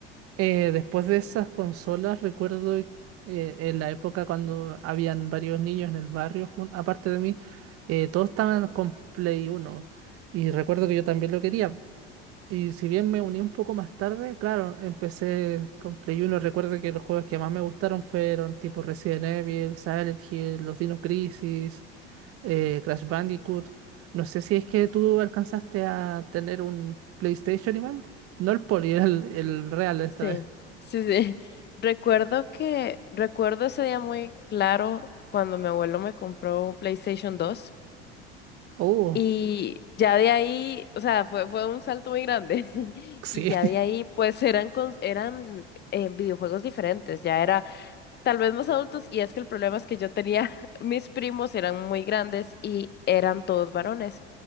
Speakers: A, on the right; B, on the left.
A: Eh, después de esas consolas, recuerdo eh, en la época cuando habían varios niños en el barrio, jun- aparte de mí, eh, todos estaban con Play Uno Y recuerdo que yo también lo quería. Y si bien me uní un poco más tarde, claro, empecé con Play Uno Recuerdo que los juegos que más me gustaron fueron tipo Resident Evil, Silent Hill, los Dino Crisis, eh, Crash Bandicoot. No sé si es que tú alcanzaste a tener un PlayStation igual. No el Poli, <laughs> el, el real esta
B: Sí,
A: vez.
B: sí, sí. <laughs> Recuerdo que, recuerdo ese día muy claro cuando mi abuelo me compró un PlayStation dos.
A: Oh,
B: Y ya de ahí, o sea, fue, fue un salto muy grande. <laughs>
A: sí.
B: Y ya
A: <laughs>
B: de ahí, pues eran, cons- eran eh, videojuegos diferentes. Ya era Tal vez más adultos, y es que el problema es que yo tenía, <laughs> mis primos eran muy grandes y eran todos varones.